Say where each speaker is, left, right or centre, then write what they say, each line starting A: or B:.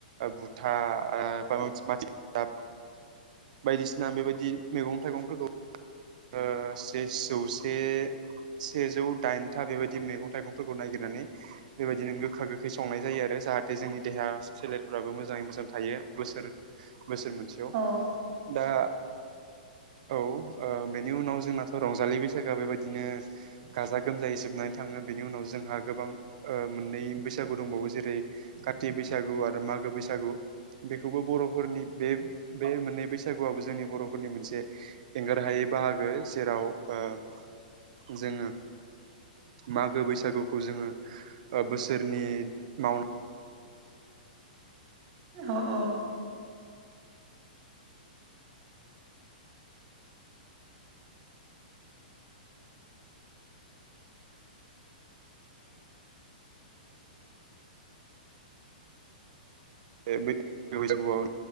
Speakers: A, on the right; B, on the right.
A: बुथा <unintelligible> बा बायदिसिना बेबायदि मैगं थाइगंफोरखौ ओ जौसे सेजौ दाइनथा बेबायदि मैगं थाइगंफोरखौ ननायागिरनानै बेबायदिनो गोखा गोखै संनाय जायो आरो जाहाथे जोंनि देहा सोलेरफ्राबो मोजाङै मोजां थायो बोसोर बोसोर मोनसेयाव
B: औ
A: दा औ ओ बेनि उनाव जोंनाथ' रंजालि बैसागो बेबायदिनो गाजा गोमजायै जोबनानै थाङो बेनि उनाव जोंहा गोबां ओ मोननै बैसागु दंबावो जेरै काति बैसागु आरो मागो बैसागु। बेखौबो बर' फोरनि बे-बे मोननै बैसागुआबो जोंनि बर'फोरनि मोनसे एंगार हायै बाहागो। जेराव ओ जोङो मागो बैसागुखौ जोङो ओ बोसोरनि मावनाय
B: अह अह।
A: बे बै-बैसागुआव